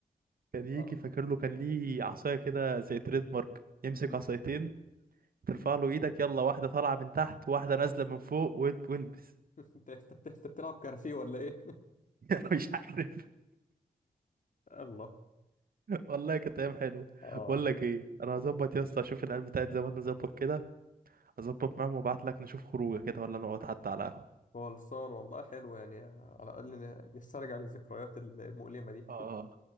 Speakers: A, on the right; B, on the left.
A: كان يجي
B: اه
A: فاكر له كان ليه عصايه كده زي تريد مارك يمسك
B: امم
A: عصايتين ترفع له ايدك يلا واحده طالعه من تحت واحده نازله من فوق وال- والبس
B: <laughs> أنت أنت بت- أنت بتلعب كاراتيه ولا إيه؟
A: <laughs> انا مش عارف
B: <laughs> الله
A: والله كانت ايام حلوه
B: اه
A: بقول لك ايه انا هظبط يا اسطى اشوف العيال بتاعت زمان نظبط كده اظبط معاهم وابعت لك نشوف خروجه كده ولا نقعد حتى على قهوه
B: خلصان والله حلو يعني على الأقل ن- نسترجع الذكريات المؤلمة دي
A: اه
B: <laughs>